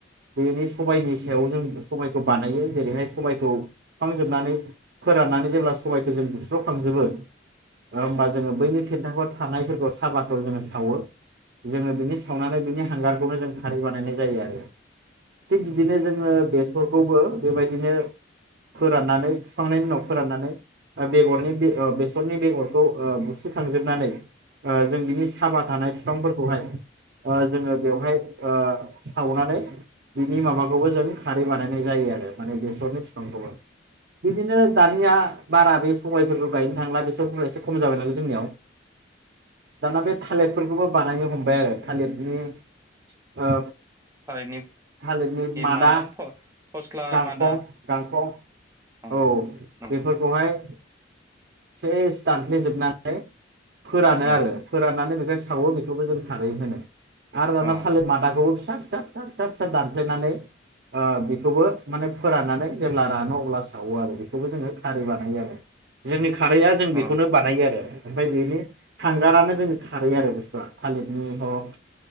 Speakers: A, on the right; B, on the right.
A: बेनि सबायनि सायाव जों सबबायखौ बानायो जेरैहाय सबबायखौ खुखांजोबनानै फोराननानै जेब्ला सबबायखौ जों बुस्रावखांजोबो ओं होनोमबा जोङो बैनि सेरन्दांफोर थानायफोरखौ सााबाखौ जोङो सावो। जोङो बिनि सावनानै बिनि हांगारखौ नो जों खारै बानायनाय जायो आरो थिग बिदिनो जोङो बेस फोरखौबो बेबायदिनो फोराननानै बिुखांनायनि उनाव फोराननानै बेगरनि बे ओ बेसरनि बेगर खौ ओ बुसिखांजोबनानै ओ जों बिनि साबा थानाय बिफांफोरखौहाय जोङो बेवहाय ओ सावनानै बिनि माबाखौबो जों खारै बानायनाय जायो आरो माने बेसरनि बिफांखौमोन बिदिनो दानिया बारा बे सबायफोरफोरखौ बायनो थांला बेसर एसे खम जाबाय नालाय जोंनियाव दाना बे थालिरफोरखौबो बानायनो हमबाय आरो थालिरनि ओ
B: थालिरनि
A: थालिरनि मादा
B: मा होनो फस्ला
A: गांखं
B: मादा
A: गांखं
B: अ
A: औ
B: अ
A: बेफोरखौहाय सेस दानफ्लेजोबनानै फोरानो
B: अ
A: आरो फोराननानै बे खो सावो बेखौबो जों खारै होनो। आरो दाना
B: अ
A: थालेर मादाखौबो फिसा फिसा फिसा फिसा फिसा दानफ्लेनानै बेखौबो माने फोराननानै जेब्ला रानो अब्ला सावो आरो बेखौबो जोङो खारै बानायो आरो जोंनि खारैया जों बेखौनो
B: नंगौ
A: बानायो आरो। ओमफाय बेनि हांगारानो जोंनि खारै आरो बुस्थुवा थालिरनि हग ओ